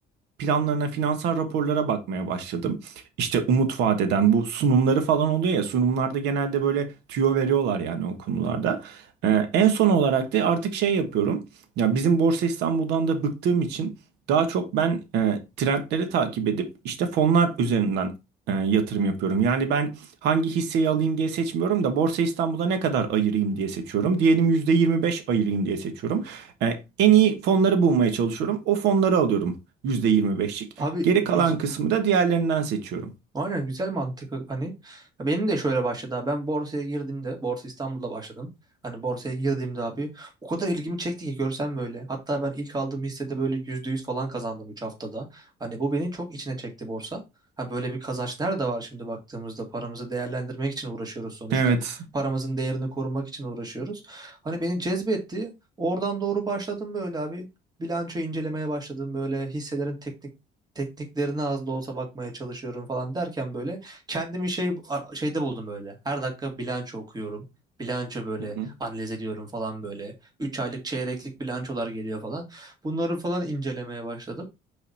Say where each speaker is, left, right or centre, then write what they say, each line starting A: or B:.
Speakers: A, on the right; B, on the right.
A: planlarına, finansal raporlara bakmaya başladım. İşte umut vaat eden bu sunumları falan oluyor ya sunumlarda genelde böyle tüyo veriyorlar yani o konularda. Ee, en son olarak da artık şey yapıyorum. Ya bizim Borsa İstanbul'dan da bıktığım için daha çok ben e, trendleri takip edip işte fonlar üzerinden e, yatırım yapıyorum. Yani ben hangi hisseyi alayım diye seçmiyorum da Borsa İstanbul'da ne kadar ayırayım diye seçiyorum. Diyelim %25 ayırayım diye seçiyorum. E, en iyi fonları bulmaya çalışıyorum. O fonları alıyorum. Yüzde yirmi beşlik.
B: Abi
A: Geri
B: güz-
A: kalan kısmı da diğerlerinden seçiyorum.
B: Aynen güzel mantık hani ya benim de şöyle başladı abi. ben borsaya girdiğimde Borsa İstanbul'da başladım hani borsaya girdiğimde abi o kadar ilgimi çekti ki görsem böyle hatta ben ilk aldığım hissede böyle %100 falan kazandım üç haftada hani bu beni çok içine çekti borsa ha böyle bir kazanç nerede var şimdi baktığımızda paramızı değerlendirmek için uğraşıyoruz sonuçta
A: Evet.
B: paramızın değerini korumak için uğraşıyoruz hani beni cezbetti oradan doğru başladım böyle abi bilanço incelemeye başladım böyle hisselerin teknik tekniklerine az da olsa bakmaya çalışıyorum falan derken böyle kendimi şey ar- şeyde buldum böyle. Her dakika bilanço okuyorum. Bilanço böyle
A: Hı hı.
B: analiz ediyorum falan böyle. 3 aylık çeyreklik bilançolar geliyor falan. Bunları falan incelemeye başladım.